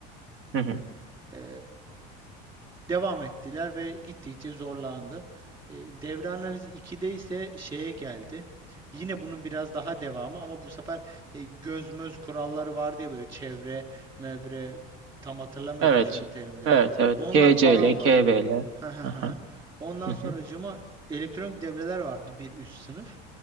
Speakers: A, on the right; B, on the right.
A: Hı hı.
B: E, Devam ettiler ve gittikçe zorlandı. E, devre analizi 2'de ise şeye geldi. Yine bunun biraz daha devamı ama bu sefer e, göz möz kuralları vardı ya böyle çevre, mevre tam hatırlamıyorum
A: Evet.
B: şimdi terimleri.
A: Evet evet.
B: Onlar
A: KCL,
B: falan
A: KVL.
B: var. <laughs> Ha ha
A: Hı hı.
B: ha. Ondan
A: Hı
B: sonracığıma
A: hı.
B: elektronik devreler vardı bir üst sınıf.